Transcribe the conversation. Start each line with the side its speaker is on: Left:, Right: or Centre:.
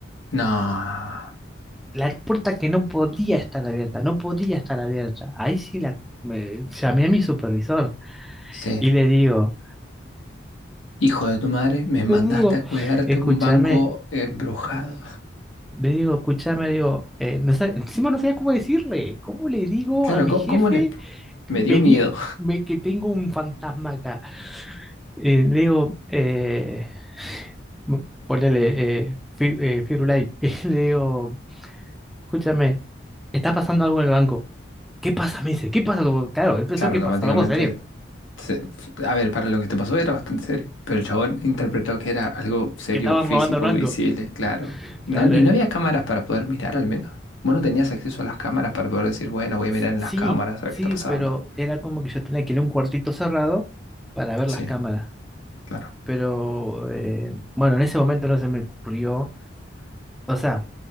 Left: No,
Centre: La puerta que no podía estar abierta, no podía estar abierta. Ahí sí la me- llamé a mi supervisor
Left: sí.
Centre: y le digo,
Left: Hijo de tu madre, me
Centre: le
Left: mandaste
Centre: digo,
Left: a cuidarte
Centre: escúchame,
Left: un banco embrujado.
Centre: le digo, escúchame, le digo, eh, no sé, encima no sabía cómo decirle, ¿cómo le digo
Left: Claro,
Centre: a mi
Left: ¿cómo,
Centre: jefe,
Left: cómo le... expl- Me
Centre: vení,
Left: dio miedo.
Centre: me- que tengo un fantasma acá? Eh, digo, eh, <laughs> ponele eh, Fi- eh, Firulai, <laughs> y le digo, escúchame, está pasando algo en el banco. ¿Qué pasa? Me dice, ¿qué pasa? Como, claro, él pensó
Left: Claro,
Centre: que
Left: automáticamente
Centre: pasó algo serio,
Left: se- a ver, para lo que te pasó era bastante serio, pero el chabón interpretó que era algo serio,
Centre: que estaban
Left: físico,
Centre: robando el banco.
Left: visible, claro.
Centre: Claro,
Left: No, y
Centre: eh,
Left: no había cámaras para poder mirar al menos. Vos no tenías acceso a las cámaras para poder decir, bueno, voy a
Centre: s-
Left: mirar en
Centre: sí,
Left: las cámaras a
Centre: sí,
Left: ver qué está pasando.
Centre: pero era como que yo tenía que ir a un cuartito cerrado para ver
Left: Sí,
Centre: las cámaras.
Left: claro.
Centre: Pero eh, bueno, en ese momento no se me ocurrió. O sea,